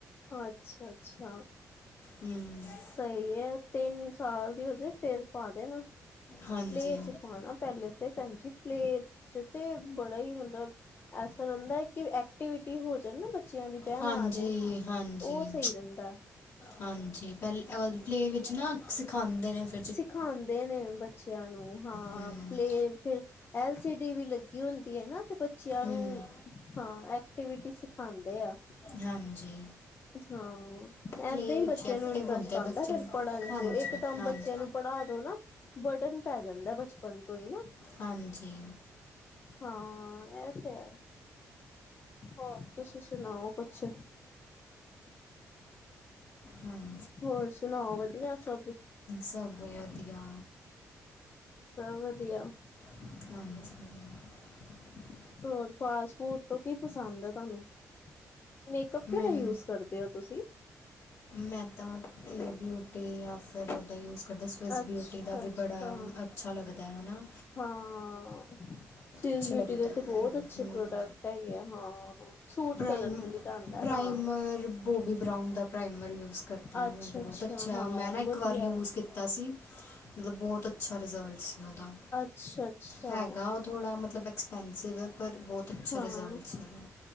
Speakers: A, on the left; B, on the left.
A: ਅੱਛਾ-ਅੱਛਾ।
B: ਹੂੰ
A: ਸਹੀ ਏ ਤਿੰਨ ਸਾਲ ਦੀ ਹੋਜੇ ਫੇਰ ਪਾ ਦੇ ਨਾ।
B: ਹਾਂਜੀ
A: ਪਲੇ ਚ ਪਾਣਾ ਪਹਿਲੇ ਤੇ, ਭੈਣਜੀ ਪਲੇ ਚ ਤੇ ਬੜਾ ਹੀ ਮਤਲਬ ਐਸਾ ਹੋਦਾਂ ਕਿ ਐਕਟੀਵਿਟੀ ਹੋ ਜਨ ਬਚ ਬੱਚਿਆਂ ਦੀ ਬੈਨਾ
B: ਹਾਂਜੀ
A: ਆ ਜੇ
B: ਹਾਂਜੀ
A: ਉਹ ਸਹੀ ਰੇਂਦਾ।
B: ਹਾਂਜੀ ਪਹਿਲ ੳ ਪਲੇ ਵਿੱਚ ਨਾ ਸਿਖਾਂਦੇ ਨੇ ਫਿ
A: ਸਿਖਾਂਦੇ ਨੇ ਬੱਚੇਆਂ ਨੂੰ। ਹਾਂ
B: ਹੂੰ
A: ਪਲੇ ਫਿਰ ਐਲ ਸੀ ਡੀ ਵੀ ਲੱਗੀ ਹੁੰਦੀ ਐ ਨਾ। ਬੱਚੇਆਂ
B: ਹੂੰ
A: ਨੂੰ ਹਾਂ ਐਕਟੀਵਿਟੀ ਸਿਖਾਂਦੇ ਆ।
B: ਹਾਂਜੀ।
A: ਹਾਂ
B: ਪਲੇਅ
A: ਏਦਾਂ ਈ
B: ਵਿੱਚ
A: ਬੱਚੇਆਂ
B: ਐਕਟਿਵ
A: ਨੂੰ ਇੰਟਰਸਟ
B: ਹੁੰਦੇ
A: ਆਂਦਾ
B: ਬੱਚੇ
A: ਫਿਰ ਪੜਨ
B: ਹਾਂਜੀ
A: ਚ, ਇੱਕਦਮ
B: ਹਾਂਜੀ
A: ਬੱਚੇਆਂ ਨੂੰ ਪੜ੍ਹਾ ਦੋ ਨਾ, ਬੜਡਨ ਪੈ ਜਾਂਦਾ ਬਚਪਨ ਤੋਂ ਹੀ ਨਾ।
B: ਹਾਂਜੀ।
A: ਹਾਂ ਐ ਤੇ ਹੈ। ਹੋਰ ਤੁਸੀ ਸੁਣਾਓ ਕੁਛ।
B: ਹਾਂਜੀ,
A: ਹੋਰ ਸੁਣਾਓ ਵਧੀਆ ਸਭ
B: ਸਭ ਵਦਿਆ।
A: ਸਭ ਵਦਿਆ।
B: ਹਾਂਜੀ।
A: ਹੋਰ ਫਾਸਟ ਫੂਡ ਤੋਂ ਕੀ ਪਸੰਦ ਐ ਤੁਹਾਨੂੰ? ਮੇਕਅੱਪ ਕੇੜਾ
B: ਮੈਂ
A: ਯੂਜ ਕਰਦੇ ਓ ਤੁਸੀ?
B: ਮੈਂ ਤਾਂ ਇਹ ਬਿਊਟੀ ਯਾ ਫਿਰ ਉਹਦਾ ਯੂਜ ਕਰ ਓਦਾ ਸਵਿਸ
A: ਅੱਛਾ
B: ਬਿਊਟੀ ਦਾ ਵੀ
A: ਅੱਛਾ
B: ਬੜਾ ਅੱਛਾ ਲੱਗਦਾ ਹੈਨਾ।
A: ਹਾਂ, ਸਵਿਸ
B: ਅੱਛੇ
A: ਬਿਊਟੀ
B: ਲੱਗਦੇ
A: ਦੇ
B: ਹਨ
A: ਤੇ ਬੋਤ ਅੱਛੇ
B: ਹਮ
A: ਪ੍ਰੋਡਕਟ ਹੈਗੇ ਆ, ਹਾਂ। ਸੂਟ
B: ਪ੍ਰਾਈਮ,
A: ਕਰਨ ਵਾਲੀ ਗੱਲ ਹੈ
B: ਪ੍ਰਾਈਮਰ
A: ਹਾਂ
B: ਬੋਬੀ ਬਰਾਾਊਨ ਦਾ ਪ੍ਰਾਈਮਰ ਯੂਜ ਕਰ <unintelligible>
A: ਅੱਛਾ
B: ਬੋਤ ਅੱਛਾ
A: ਹਾਂ
B: ਮੈਂ ਨਾ
A: ਵਧੀਆ
B: ਇੱਕ ਵਾਰ ਯੂਜ ਕੀਤਾ ਸੀ, ਮਤਲਬ ਬੋਤ ਅਚ ਅੱਛਾ ਰਿਜ਼ਲਟ ਸੀ ਓਦਾ।
A: ਅੱਛਾ ਅੱਛਾ
B: ਹੈਗਾ ਉਹ ਥੋੜ੍ਹਾ ਮਤਲਬ ਐਕਸਪੈਂਸਿਵ ਪਰ ਬੋਤ ਅੱਛੇ
A: ਹਾਂ
B: ਰਿਜ਼ਲਟਸ ਹੈਗੇ।